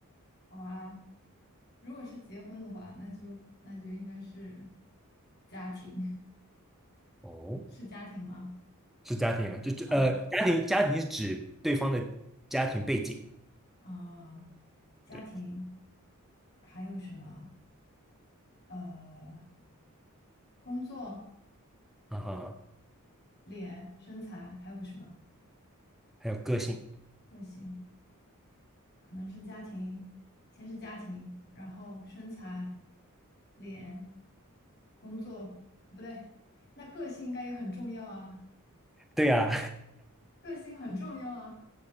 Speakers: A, on the left (about 50°); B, in the centre.
A: 好啊，如果是结婚的话，那就那就应该是家庭，
B: 哦，
A: <laughs> 是家庭吗？
B: 是家庭啊，就就呃，
A: 啊，
B: 家庭家庭是指对方的家庭背景，
A: 啊，家庭
B: 对，
A: 还有什么？呃，工作、
B: 啊哈，
A: 脸、身材，还有个什么？
B: 还有个性，
A: 个性，可能是家庭，先是家庭，然后身材、脸、工作，不对，那个性应该也很重要啊，
B: 对呀、
A: 个性很重要啊，